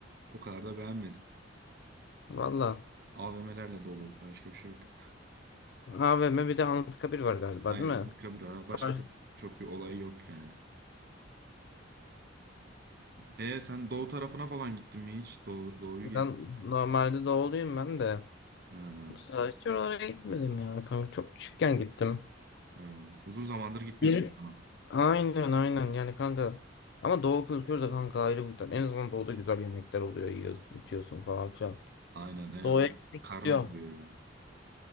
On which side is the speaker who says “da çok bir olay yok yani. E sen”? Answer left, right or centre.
Right